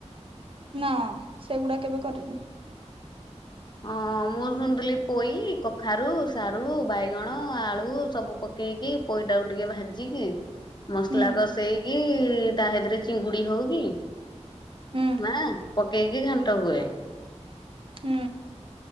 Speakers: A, on the right; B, on the left.
A: ନା ସେଗୁଡା କେବେ କରିନି।
B: ହଁ ମୁଁ ଶୁଣଥିଲି ପୋଇ କଖାରୁ ସାରୁ ବାଇଗଣ ଆଳୁ ସବୁ ପ ପକେଇକି ପୋଇ ଟାକୁ ଭାଜିକି ମସଲା
A: ହୁଁ।
B: କଷେଇ କି ତାହ ହେତିରେ ଚିଙ୍ଗୁଡି ହଉ କି
A: ହୁଁ
B: ମା ପକେଇକି ଘାଣ୍ଟ ହୁଏ।
A: ହୁଁ।